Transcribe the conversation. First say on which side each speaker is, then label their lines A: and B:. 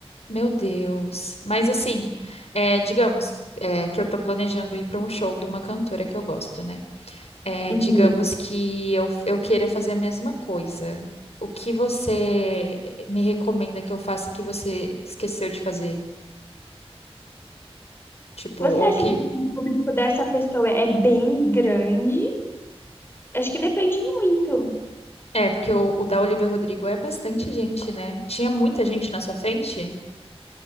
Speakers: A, on the left; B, on the left.
A: Meu Deus. Mas assim, é, digamos, é, que eu tô planejando ir para um show de uma cantora que eu gosto, né? É,
B: Uhum.
A: digamos que eu, eu queira fazer a mesma coisa. O que você me recomenda que eu faça que você esqueceu de fazer? Tipo,
B: Você
A: ou
B: acha
A: que.
B: que o público dessa pessoa é bem grande? Acho que depende muito.
A: É, porque o, o da Olivia Rodrigo é bastante gente, né? Tinha muita gente na sua frente?